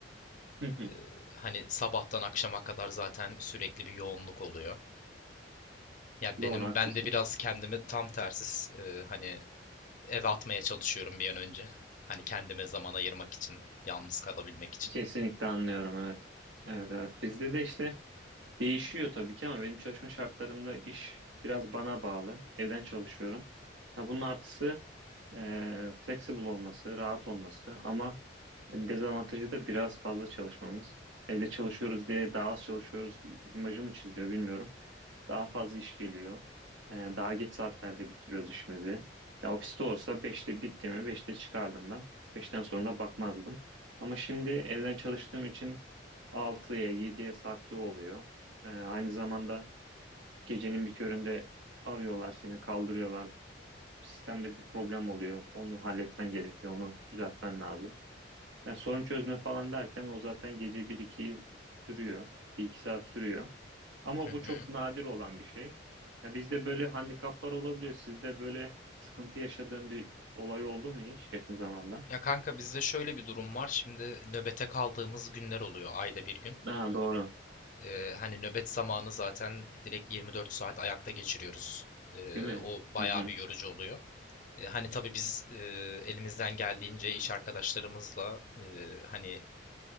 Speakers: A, on the right; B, on the left.
A: hı hı.
B: E, hani sabahtan akşama kadar zaten sürekli bir yoğunluk oluyor. Ya benim
A: Doğru haklısın.
B: ben de biraz kendimi tam tersiz e, hani eve atmaya çalışıyorum bir an önce. Hani kendime zaman ayırmak için, yalnız kalabilmek için.
A: Kesinlikle anlıyorum evet. Evet evet. Bizde de işte Değişiyor tabii ki ama benim çalışma şartlarımda iş biraz bana bağlı. Evden çalışıyorum. Ha, bunun artısı e, flexible olması, rahat olması ama dezavantajı da biraz fazla çalışmamız. Evde çalışıyoruz diye daha az çalışıyoruz i- imajı mı çiziyor bilmiyorum. Daha fazla iş geliyor. Ee, daha geç saatlerde bitiriyoruz işimizi. Ya ofiste olsa beşte bitti mi beşte çıkardım ben. Beşten sonra da bakmazdım. Ama şimdi evden çalıştığım için altıya yediye sarktığı oluyor. Ee, aynı zamanda gecenin bir köründe arıyorlar seni kaldırıyorlar. Sistemde bir problem oluyor. Onu halletmen gerekiyor. Onu düzeltmen lazım. Yani sorun çözme falan derken o zaten gece bir iki sürüyor. bir iki saat sürüyor. Ama
B: Hı hı.
A: bu çok nadir olan bir şey. Yani bizde böyle handikaplar olabiliyor. Sizde böyle sıkıntı yaşadığın bir olay oldu mu hiç yakın zamanda?
B: Ya kanka bizde şöyle bir durum var. Şimdi nöbete kaldığımız günler oluyor ayda bir gün.
A: Aa, doğru.
B: Ee, hani nöbet zamanı zaten direkt 24 saat ayakta geçiriyoruz. Ee,
A: Değil mi?
B: o bayağı
A: Hı hı.
B: bir yorucu oluyor. Ee, hani tabii biz e, elimizden geldiğince iş arkadaşlarımızla e, hani